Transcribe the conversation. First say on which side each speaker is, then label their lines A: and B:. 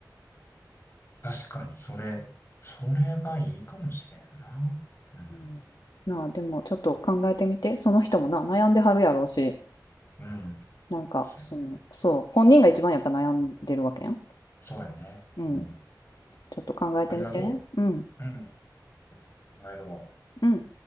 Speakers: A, on the left (about 35°); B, on the left (about 80°).
A: 確かに、それ、それがいいかもしれんな。うん。
B: うんなあ、でもちょっと考えてみて、その人もな、悩んではるやろうし、
A: うん。
B: なんかその、
A: そうやね。
B: そう、本人が一番やっぱ悩んでるわけやん。
A: そうやね。
B: うん、
A: うん。
B: ちょっと考えてみて。
A: ありがと
B: うん、
A: う。うん。考えるわ。
B: うん。